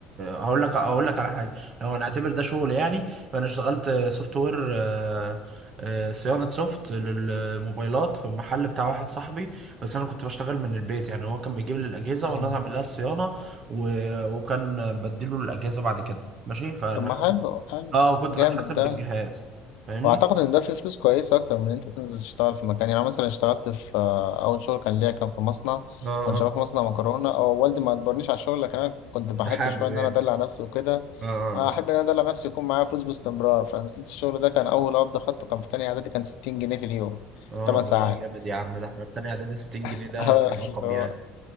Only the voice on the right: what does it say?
هقول لك هقول لك على حاجة لو هنعتبر ده شغل يعني فانا اشتغلت سوفت وير آه، آه، صيانة سوفت للموبايلات في المحل بتاع واحد صاحبي بس انا كنت بشتغل من البيت يعني هو كان بيجيب لي الاجهزه
وانا اعمل لها الصيانه و... وكان بديله الاجهزه بعد كده ماشي فانا
اه كنت
بتحاسب
بالجهاز فاهمني
اه
اه
انت حابب
يعني
اه اه
اه
والله جامد يا عم ده احنا في تانية اعدادي 60
جنيه ده
كان رقم
يعني